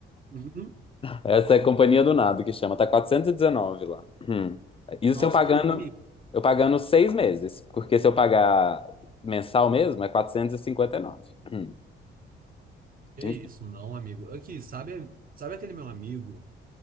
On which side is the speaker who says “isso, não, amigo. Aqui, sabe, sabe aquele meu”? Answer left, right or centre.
Right